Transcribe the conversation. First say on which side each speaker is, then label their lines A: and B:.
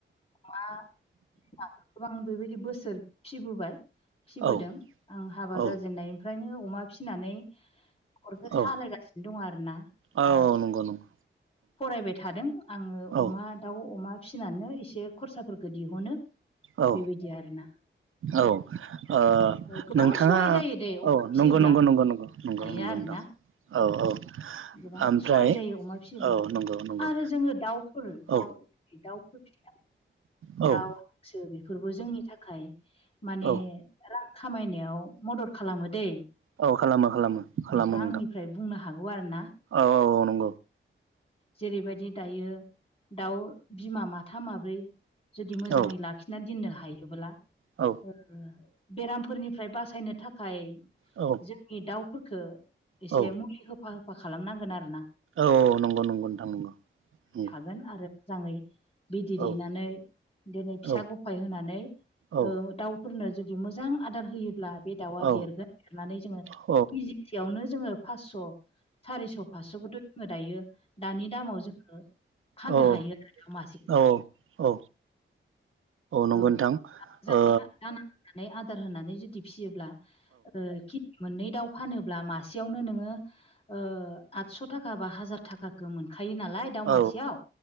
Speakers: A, on the left; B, on the right.
A: मा हाखौ गोबां बेबायदि बोसोर फिसिबोबाय। फिसिबोदों
B: औ
A: आं हाबा
B: औ
A: जाजेननायनिफ्रायनो अमा फिनानै नख'रखो
B: औ
A: सालायगासिनो दं आरोना दा।
B: औ नंगौ नंगौ
A: फरायबाय थादों आङो
B: औ
A: अमा दाउ अमा फिसिनानो एसे खरसाफोरखौ दिहुनो।
B: औ
A: बेबायदि आरोना।
B: औ ओ
A: गोबां
B: नोंथाङा
A: सहाय जायो दै अमा
B: औ
A: फिसियोब्ला
B: नंगौ नंगौं नंगौं नंगौं नंगौ
A: हायो
B: नंगौ।
A: आरोना
B: दाउ औ औ
A: गोबां
B: ओमफ्राय
A: सहाय जायो अमा फिसियोब्ला
B: औ। नंगौ नंगौ
A: आरो जोङो दाउफोर
B: औ
A: दाउ दाउफोर फिसि
B: औ
A: दाउ हांसो बेफोर बेफोरबो जोंनि थाखाय माने
B: औ
A: रां खामायनायाव मदद खालामो दै।
B: औ खालामो खालामो खालामो
A: बेखौ आंनिफ्राय
B: नोंथां
A: बुंनो हागौ आरो ना।
B: औ औ नों।
A: जेरैबायदि दायो दाउ बिमा माथाम माब्रै जुदि मोजाङै
B: औ
A: लाखिनानै दोननो हायोब्ला
B: औ
A: ओ बेरामफोरनिफ्राय बासायनो थाखाय
B: औ
A: जोंनि दाउफोरखौ एसे
B: औ
A: मुलि होफा होफा खालामनांगोन आरो ना।
B: औ नंगौ नंगौ नोंथां नंगौ नंगौ।
A: थागोन आरो मोजाङै बिदै
B: औ
A: दैेनानै दिनै फिसा
B: औ
A: गफाय होनानै
B: औ
A: ओ दाउ फोरनो जुदि मोजां आदार होयोब्ला बे दाउआ
B: औ
A: देरगोन देरनानै जोङो
B: औ
A: किजिसेयावनो जोङो फासस' सारिस' फासस'खौथ' जोङो दायो दानि दामाव जोङो फाननो
B: औ
A: हायो आरो दाउ मासेखौ
B: औ औ नंगौ
A: औ
B: नोंथां
A: जानाया
B: ओ
A: जा नानै आदार होनानै जुदि फिसियोब्ला ओ कि मोननै दाउ फानोब्ला मासेयावनो नोङो ओ आठस' थाखा बा हाजार थाखाखो मोनखायो नालाय दाउ
B: औ
A: मासेयाव